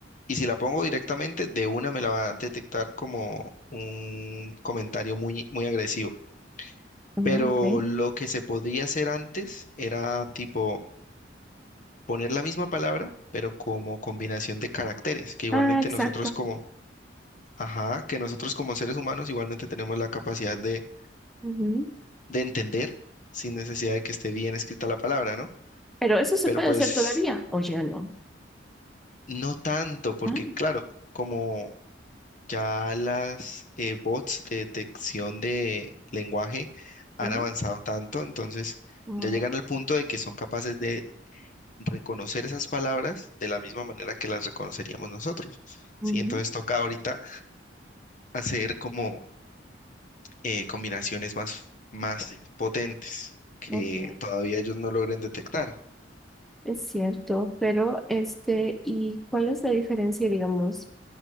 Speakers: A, on the left (about 45°); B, in the centre.
A: Y si la pongo directamente, de una me la va a detectar como un comentario muy, muy agresivo.
B: ah,
A: Pero
B: ok.
A: lo que se podría hacer antes era tipo poner la misma palabra, pero como combinación de caracteres, que igualmente
B: Ah, exacto.
A: nosotros como, ajá, que nosotros como seres humanos igualmente tenemos la capacidad de,
B: Ujú.
A: de entender sin necesidad de que esté bien escrita la palabra, ¿no?
B: Pero eso se
A: Pero
B: puede
A: pues
B: hacer todavía, o ya no.
A: no tanto, porque
B: Ah,
A: claro, como ya las eh, bots de detección de lenguaje han
B: Sí.
A: avanzado tanto, entonces
B: Wow.
A: ya llegan al punto de que son capaces de reconocer esas palabras de la misma manera que las reconoceríamos nosotros,
B: ujú.
A: ¿sí? Entonces toca ahorita hacer como eh, combinaciones más, más potentes que
B: Ok,
A: todavía ellos no logren detectar,
B: es cierto. Pero, este, ¿y cuál es la diferencia, digamos,